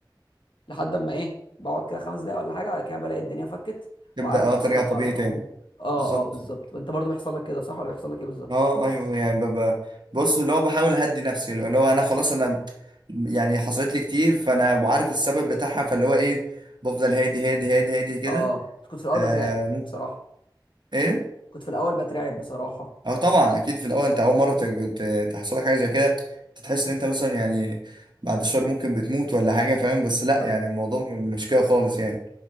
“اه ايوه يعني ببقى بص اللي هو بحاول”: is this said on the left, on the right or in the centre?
Right